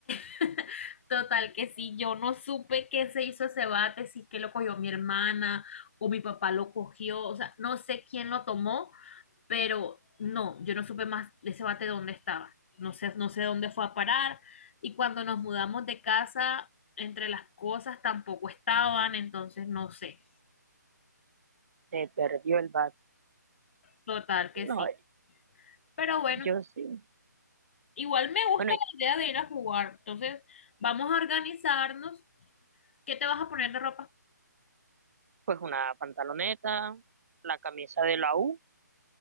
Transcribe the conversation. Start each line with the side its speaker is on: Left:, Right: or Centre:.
Left: <laughs> Total, que sí, yo no supe qué se hizo ese bate, si es que lo cogió mi hermana o mi papá lo cogió, o sea, no sé quién lo tomó, pero no, yo no supe más de ese bate dónde estaba. No sé, no sé dónde fue a parar. Y cuando nos mudamos de casa, entre las cosas tampoco estaban, entonces no sé.
Right: Se perdió el bat.
Left: Total, que
Right: No,
Left: sí. Pero bueno.
Right: yo sí.
Left: Igual me gusta
Right: Bueno, y
Left: la idea de ir a jugar. Entonces, vamos a organizarnos. ¿Qué te vas a poner de ropa?
Right: pues una pantaloneta, la camisa de la U